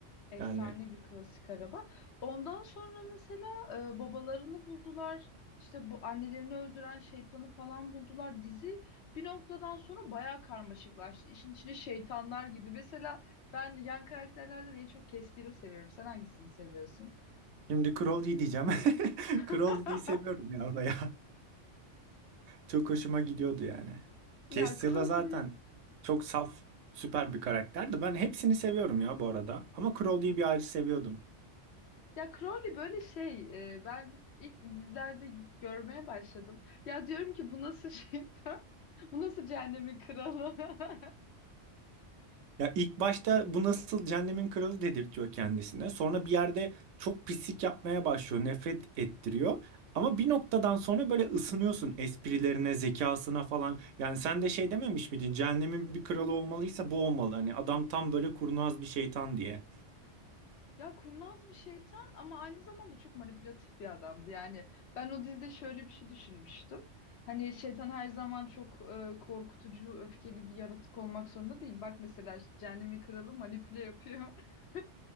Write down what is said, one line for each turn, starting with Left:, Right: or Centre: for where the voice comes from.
Left: Efsane
Right: Yani
Left: bir klasik araba. Ondan sonra mesela e, babalarını buldular. İşte bu annelerini öldüren şeytanı falan buldular. Dizi bir noktadan sonra bayağı karmaşıklaştı. İşin içine şeytanlar girdi. Mesela ben yan karakterlerden en çok Castiel'i seviyorum. Sen hangisini seviyorsun?
Right: şimdi Crowley diyeceğim. <laughs>
Left: <laughs>
Right: Crowley'i seviyorum ya bayağı. Çok hoşuma gidiyordu yani. Castiel'la
Left: Ya Crowley.
Right: zaten çok saf, süper bir karakterdi. Ben hepsini seviyorum ya bu arada. Ama Crowley'i bir ayrı seviyordum.
Left: Ya Crowley böyle şey. e, ben ilk dizilerde görmeye başladım. Ya diyorum ki bu nasıl şeytan? <laughs> Bu nasıl cehennemin kralı? <laughs>
Right: Ya ilk başta bu nasıl cehennemin kralı dedirtiyor kendisine. Sonra bir yerde çok pislik yapmaya başlıyor, nefret ettiriyor. Ama bir noktadan sonra böyle ısınıyorsun esprilerine, zekasına falan. Yani sen de şey dememiş miydin? Cehennemin bir kralı olmalıysa bu olmalı. Hani adam tam böyle kurnaz bir şeytan diye.
Left: Ya kurnaz bir şeytan ama aynı zamanda çok manipülatif bir adamdı. Yani ben o dizide şöyle bir şey düşünmüştüm. Hani şeytan her zaman çok e, korkutucu, öfkeli bir yaratık olmak zorunda değil. Bak mesela işte Cehennemin Kralı manipüle yapıyor. <laughs>